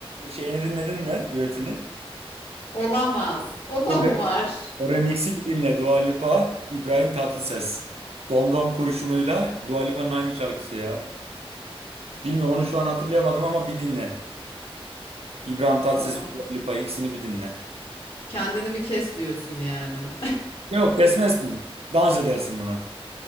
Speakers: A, on the right; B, on the left.
A: şeyini dinledin mi? Düetini.
B: Olamaz. O
A: O,
B: da mı
A: re-
B: var?
A: o remix'i bir dinle. Dua Lipa, İbrahim Tatlıses. Domdom kurşunuyla Dua Lipa'nın hangi şarkısı ya? Bilmiyorum onu şu an hatırlayamadım ama bir dinle. İbrahim Tatlıses
B: Tamam.
A: ve Dua Lipa ikisini bir dinle.
B: Kendini bir kes diyorsun yani.
A: Yok kesmezsin. Dans edersin buna.